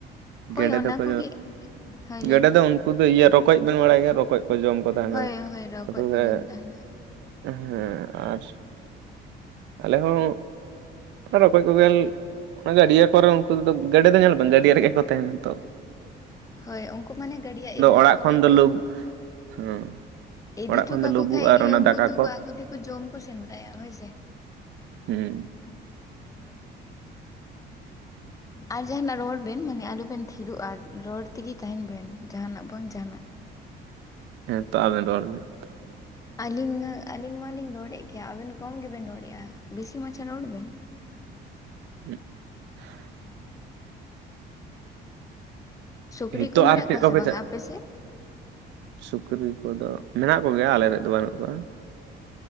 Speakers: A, on the left; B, on the right.
A: ᱦᱳᱭ
B: ᱜᱮᱰᱮ
A: ᱚᱱᱟ
B: ᱫᱚᱠᱚ
A: ᱠᱚᱜᱮ ᱦᱳᱭ ᱞᱟᱹᱭ
B: ᱜᱮᱰᱮ
A: ᱵᱤᱱ
B: ᱫᱚ
A: ᱾
B: ᱩᱱᱠᱩ ᱫᱚ ᱤᱭᱟᱹ ᱨᱚᱠᱚᱡ ᱵᱮᱱ ᱵᱟᱲᱟᱭ ᱜᱮᱭᱟ ᱨᱚᱠᱚᱡ ᱠᱚ ᱡᱚᱢ ᱠᱚ ᱛᱟᱦᱮᱸᱱᱟ
A: ᱦᱳᱭ
B: <inaudible>
A: ᱦᱳᱭ ᱨᱚᱠᱚᱡ ᱠᱚ ᱡᱚᱢ ᱛᱟᱦᱮᱱᱟ
B: ᱦᱮᱸ ᱟᱨ ᱟᱞᱮ ᱦᱚᱸ ᱟᱨ ᱨᱚᱠᱚᱡ ᱠᱚᱜᱮ ᱚᱱᱟ ᱜᱟᱹᱰᱭᱟᱹ ᱠᱚᱨᱮ ᱩᱱᱠᱩ ᱫᱚ ᱜᱮᱰᱮ ᱫᱚ ᱧᱮᱞ ᱵᱮᱱ ᱜᱟᱹᱰᱭᱟᱹ ᱨᱮᱜᱮ ᱠᱚ ᱛᱟᱦᱮᱸᱱᱟ ᱛᱚ ᱾
A: ᱦᱳᱭ ᱩᱱᱠᱩ ᱢᱟᱱᱮ ᱜᱟᱹᱰᱭᱟᱹ ᱤᱫᱤ
B: ᱚᱲᱟᱜ
A: ᱦᱚᱴᱚ
B: ᱠᱷᱚᱱ
A: ᱠᱟᱠᱚ
B: ᱫᱚ ᱞᱩ ᱦᱮᱸ
A: ᱤᱫᱤ
B: ᱚᱲᱟᱜ
A: ᱦᱚᱴᱚ
B: ᱠᱷᱚᱱ
A: ᱠᱟᱠᱚ
B: ᱫᱚ ᱞᱩᱵᱩᱜ
A: ᱠᱷᱟᱡ
B: ᱟᱨ
A: ᱜᱮ
B: ᱚᱱᱟ
A: ᱩᱱᱠᱩ
B: ᱫᱟᱠᱟ
A: ᱛᱚ
B: ᱠᱚ
A: ᱟᱠᱚ ᱛᱮᱠᱚ ᱡᱚᱢ ᱠᱚ ᱥᱮᱸᱫᱽᱨᱟᱭᱟ ᱦᱳᱭ ᱥᱮ ᱾
B: ᱦᱮᱸ ᱾
A: <unintelligible> ᱟᱨ ᱡᱟᱦᱟᱸᱱᱟᱜ ᱨᱚᱲ ᱵᱮᱱ ᱢᱟᱱᱮ ᱟᱞᱚ ᱵᱮᱱ ᱛᱷᱤᱨᱚᱜᱼᱟ ᱨᱚᱲ ᱛᱮᱜᱮ ᱛᱟᱦᱮᱸᱱ ᱵᱮᱱ ᱡᱟᱦᱟᱸᱱᱟᱜ ᱵᱟᱝ ᱡᱟᱦᱸᱱᱟᱜ ᱾
B: ᱦᱮᱸ ᱛᱚ ᱟᱵᱮᱱ ᱨᱚᱲ ᱵᱮᱱ ᱾
A: ᱟᱹᱞᱤᱧ ᱟᱹᱞᱤᱧ ᱢᱟᱞᱤᱧ ᱨᱚᱲᱮᱫ ᱜᱮᱭᱟ ᱟᱵᱮᱱ ᱠᱚᱢ ᱜᱮᱵᱮᱱ ᱨᱚᱲᱮᱫ-ᱟ ᱵᱮᱥᱤ ᱢᱟᱪᱷᱟ ᱨᱚᱲ ᱵᱮᱱ ᱾
B: <unintelligible>
A: <unintelligible> ᱥᱩᱠᱨᱤ
B: ᱦᱤᱛᱚᱜ
A: ᱠᱚ ᱢᱮᱱᱟᱜ
B: ᱟᱨ ᱪᱮᱫ
A: ᱠᱚᱣᱟ
B: ᱠᱚᱯᱮ
A: ᱥᱮ ᱵᱟᱝ ᱟᱯᱮ ᱥᱮᱫ?
B: ᱥᱩᱠᱨᱤ ᱠᱚᱫᱚ ᱢᱮᱱᱟᱜ ᱠᱚᱜᱮᱭᱟ ᱟᱞᱮᱨᱮ ᱫᱚ ᱵᱟᱹᱱᱩᱜ ᱠᱚᱣᱟ ᱾